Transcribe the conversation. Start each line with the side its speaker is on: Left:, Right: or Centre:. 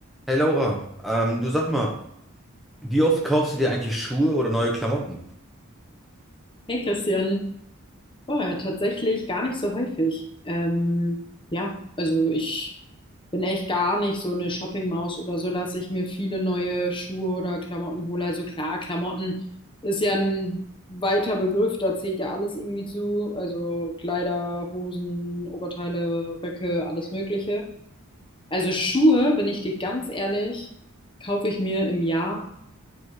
Centre: Hey Laura, ähm, du sag mal, wie oft kaufst du dir eigentlich Schuhe oder neue Klamotten?
Left: Hey Christian, oh, ja, tatsächlich gar nicht so häufig. Ähm, ja, also ich bin echt gar nicht so eine Shoppingmaus oder so, dass ich mir viele neue Schuhe oder Klamotten hole. Also klar, Klamotten ist ja ein weiter Begriff, da zählt ja alles irgendwie zu. Also Kleider, Hosen, Oberteile, Röcke, alles Mögliche. Also Schuhe, bin ich dir ganz ehrlich, kaufe ich mir im Jahr